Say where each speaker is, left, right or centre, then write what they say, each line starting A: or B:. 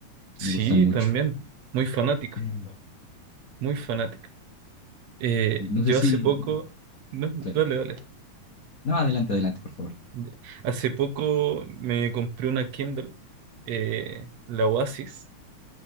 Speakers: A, on the right (about 70°); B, on the left (about 85°).
A: Sí,
B: me gustan mucho.
A: también. Muy fanático,
B: Eh,
A: muy fanático. Eh,
B: Y no
A: yo
B: sé si,
A: hace poco, no,
B: claro.
A: dale, dale.
B: No, adelante, adelante, por favor.
A: Ya. Hace poco me compré una Kindle, eh, la Oasis,